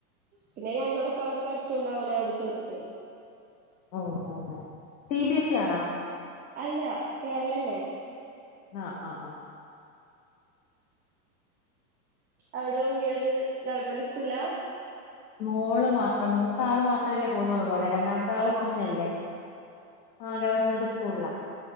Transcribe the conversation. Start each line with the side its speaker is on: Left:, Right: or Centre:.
Right: പിന്നെ ഞങ്ങളൊക്കെ അവിടെ പഠിച്ചോണ്ട് അവനെ അവിടെ ചേർത്ത്
Left: ഓഹ് ഓഹ് ഹോ സി ബിഎസ് ഇ ആണോ
Right: അല്ല കേരളന്നെ
Left: ആഹ് ആഹ് ആഹ്
Right: അവിടെ ഉണ്ണികള് ഗവൺമെന്റ് സ്കൂളിലാ
Left: മോള് മാത്രം മൂത്താള് മാത്രംല്ലേ പോന്നോള് മോളെ രണ്ടാമത്തെ ആള്
Right: ആഹ്
Left: കുഞ്ഞല്ലേ ആഹ് ഗവൺമെന്റ് സ്കൂളിലാ